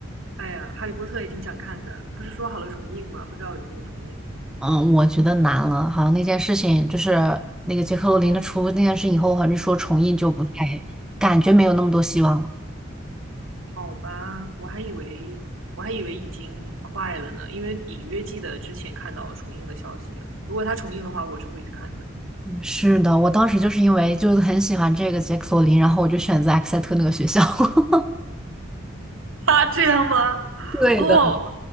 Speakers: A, on the right; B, in the centre.
A: 哎呀，《哈利波特》也挺想看的，不是说好了重映吗？不知道有没有重映。
B: 嗯，我觉得难了，好像那件事情就是那个杰克罗林的出那件事以后，好像说重映就不太，感觉没有那么多希望了。
A: 好吧，我还以为我还以为已经快了呢，因为隐约记得之前看到重映的消息了。如果他重映的话，我是会去看的。
B: 嗯是的，我当时就是因为就是很喜欢这个杰克罗林，然后我就选择埃克塞特那个学校，<laughs>
A: <laughs> 他这样吗？
B: 对的，
A: 哦，